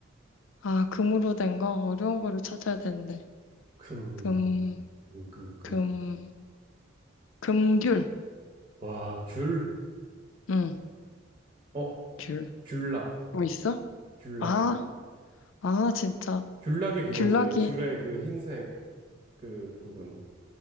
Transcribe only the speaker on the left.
아, 금으로 된 거? 어려운 거를 찾아야 되는데.
금,
금, 금귤.
응,
귤.
뭐 있어?
아, 아, 진짜.
귤락이.